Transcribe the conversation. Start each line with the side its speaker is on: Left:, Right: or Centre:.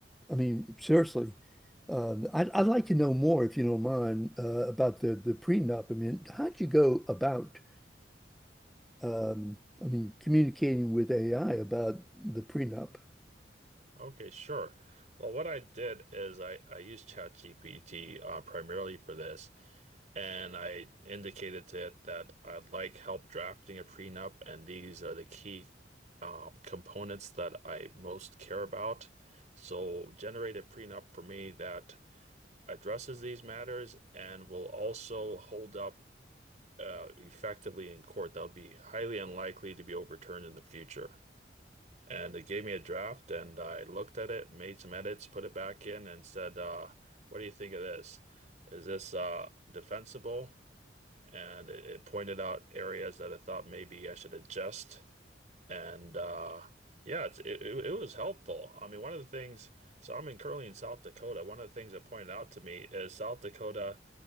Centre: I mean, seriously, uh, I'd, I'd like to know more, if you don't mind, uh, about the the prenup. I mean, how'd you go about, um, I mean, communicating with AI about the prenup?
Right: Okay, sure. Well, what I did is I, I used ChatGPT uh, primarily for this, and I indicated to it that I'd like help drafting a prenup, and these are the key um, components that I most care about. So generate a prenup for me that addresses these matters and will also hold up uh, effectively in court. That'll be highly unlikely to be overturned in the future. And they gave me a draft, and I looked at it, made some edits, put it back in, and said, uh, "What do you think of this? Is this uh, defensible?" And it, it pointed out areas that I thought maybe I should adjust. And uh, yeah, it's, it it it was helpful. I mean, one of the things. So I'm in currently in South Dakota. One of the things that pointed out to me is South Dakota